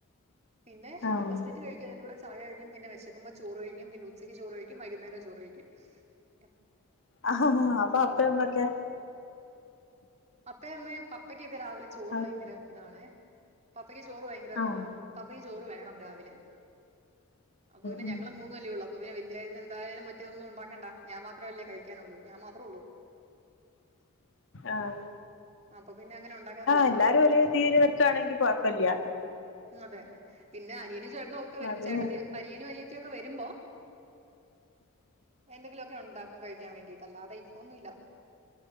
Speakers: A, on the right; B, on the left.
A: പിന്നെ
B: ആഹ്
A: ബിസ്ക്കറ്റ് കഴിക്കും അതിന്റെ കൂടെ- ചായ കഴിക്കും പിന്നെ വെശക്കുമ്പം ചോറ് കഴിക്കും പിന്നെ ഉ ഉച്ചയ്ക്ക് ചോറ് കഴിക്കും വൈകുന്നേരവും ചോറ് കഴിക്കും- എ <inaudible>
B: ആഹ് ആ അപ്പം അപ്പ അമ്മയൊക്കെ?
A: അപ്പേം അമ്മേം പപ്പക്- ക്ക് ഒക്കെ രാവിലെ ചോറ്
B: ആഹ്
A: ഭയങ്കര ഇതാണേ- പപ്പക്ക് ചോറ് ഭയങ്കര
B: ഉം
A: പപ്പക്ക് ചോറ് വേ പ്പം രാവിലെ അപ്പൊ പിന്നെ
B: ഉം
A: ഞങ്ങള് മൂന്നുവല്ലേ ഉള്ള് അപ്പം പിന്നെ വലിയ എന്തായാലും മറ്റേതൊന്നും ഉണ്ടാക്കണ്ട ഞാൻ മാത്രമല്ലേ കഴിക്കാനുള്ളൂ ഞാൻ മാത്രേ ഉള്ളൂ
B: ആഹ്
A: അപ്പൊ പിന്നെ അങ്ങനെ ഉണ്ടാക്കാറില്ല
B: എല്ലാരും
A: രാവിലെ
B: ഒരു രീതിൽ വെക്കാണെങ്കി കൊഴപ്പില്ല
A: അതെ പിന്നെ അനിയനും ചേട്ടനും ഒക്കെ വരുമ്പം
B: അത്
A: ചേട്ടത്തി അനിയനും അനിയ ത്തിക്കെ വരുമ്പോ എന്തെങ്കിലുമൊക്കെ ഉണ്ടാക്കും കഴിക്കാൻ വേണ്ടീട്ട് അല്ലാതെ ഇപ്പം ഒന്നുല്ല